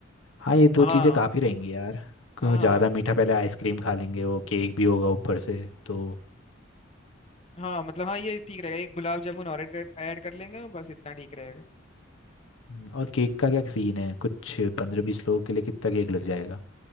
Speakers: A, on the left (about 80°); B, on the left (about 30°).
A: हाँ ये दो
B: हाँ
A: चीज़ें काफ़ी रहेंगी यार क्यों
B: हाँ
A: ज़्यादा मीठा पहले आइसक्रीम खा लेंगे वो केक भी होगा ऊपर से तो
B: हाँ मतलब हाँ ये ठीक रहेगा एक गुलाब जामुन और ऐड कर ऐड कर लेंगे और बस इतना ठीक रहेगा
A: हम्म, और केक का क्या सीन है कुछ पंद्रह बीस लोगों के लिए कितना केक लग जाएगा